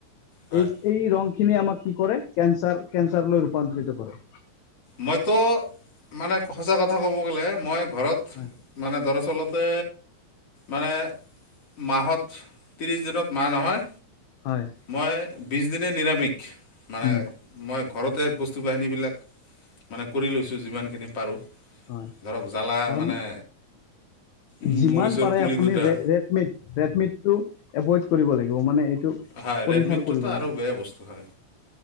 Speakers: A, on the left; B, on the left.
A: হয়
B: এই এই ৰংখিনি আমাক কি কৰে কেঞ্চাৰ, কেন্ঞ্চাৰ লৈ ৰূপান্তৰিত কৰে।
A: মইতো মানে সঁচা কথা ক'ব গ'লে মই ঘৰত
B: উ
A: মানে দৰাচলতে মানে মাহত ত্ৰিশ দিনত মাহ নহয়।
B: হয়।
A: মই বিশ দিনেই নিৰামিষ মানে
B: উম
A: মই ঘৰতে বস্তু বাহিনীবিলাক মানে কৰি লৈছোঁ যিমানখিনি পাৰোঁ,
B: হয়
A: ধৰক জ্বালা
B: তাৰ
A: মানে উম,
B: যিমান
A: মৰিচৰ
B: পাৰে
A: পুলি
B: আপুনি
A: দুটা।
B: ৰে ৰেড মিট ৰেডমিটটো এভইড কৰিব লাগিব মানে এইটো
A: হয়,
B: পৰিহাৰ
A: ৰেডমিটটোতো
B: কৰিব লাগিব
A: আৰু বেয়া বস্তু হয়,